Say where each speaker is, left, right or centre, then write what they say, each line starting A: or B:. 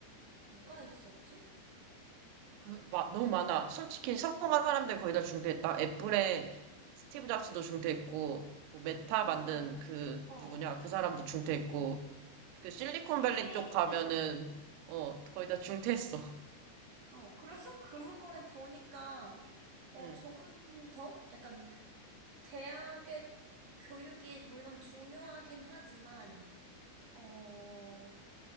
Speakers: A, on the right (about 60°); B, on the right (about 80°).
A: 누가 있었지?
B: 그, 마, 너무 많아. 솔직히 성공한 사람들 거의 다 중퇴했다. 애플의 스티브 잡스도 중퇴했고, 뭐, 메타
A: 아,
B: 만든
A: 난,
B: 그,
A: 어,
B: 누구냐, 그 사람도 중퇴했고, 그 실리콘밸리
A: 빌 게이츠도.
B: 쪽 가면은, 어, 거의 다 중퇴했어.
A: 어, 그래서 <laughs> 그런 거를 보니까, 어,
B: 음,
A: 조금 더? 약간, 대학의 교육이 물론 중요하긴 하지만, 어,